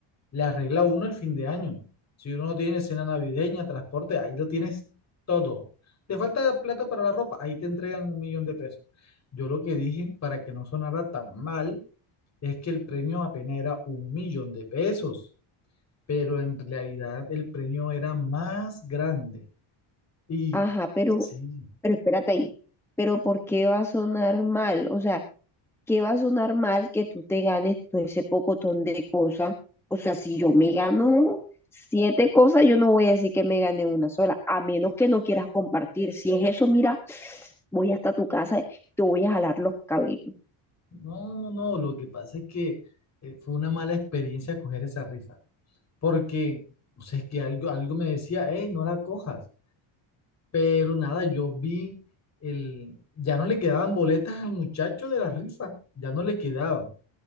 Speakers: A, on the left; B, in the centre.
A: le arregla uno el fin de año. Si uno no tiene cena navideña, transporte, ahí lo tienes todo. Te falta plata para la ropa, ahí te entregan un millón de pesos. Yo lo que dije, para que no sonara tan mal, es que el premio apenas era un millón de pesos, pero en realidad el premio era más grande. Y
B: Ajá, pero,
A: sí,
B: pero espérate ahí. Pero ¿por qué va a sonar mal? O sea, qué va a sonar mal que tú te ganes todo ese pocotón de cosas. O sea, si yo me gano siete cosas, yo no voy a decir que me gané una sola, a menos que no quieras compartir. Si es eso, mira, voy hasta tu casa, te voy a jalar los cabellos.
A: no, no, no, lo que pasa es que eh, fue una mala experiencia coger esa rifa, porque, o sea, es que algo, algo me decía, hey, no la cojas Pero nada, yo vi el, ya no le quedaban boletas al muchacho de la rifa, ya no le quedaban.